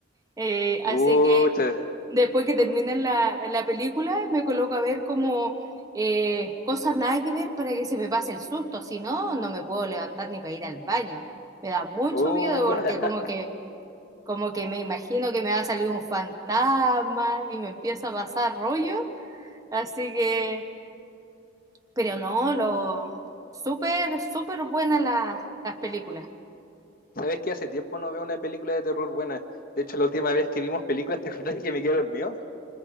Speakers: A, on the right; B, on the left.
A: Eh,
B: Pucha,
A: así que después que termina la, la película, me coloco a ver como eh, cosas nada que ver para que se me pase el susto. Si no, no me puedo levantar ni para ir al baño. Me da mucho
B: uh.
A: miedo porque como
B: <laughs>
A: que, como que me imagino que me va a salir un fantasma y me empieza a pasar rollo. Así que, pero no, lo súper, súper buenas las las películas.
B: ¿Sabes que hace tiempo no veo una película de terror buena? De hecho, la última vez que vimos películas, <laughs> ¿te acuerdas que me quedé dormido?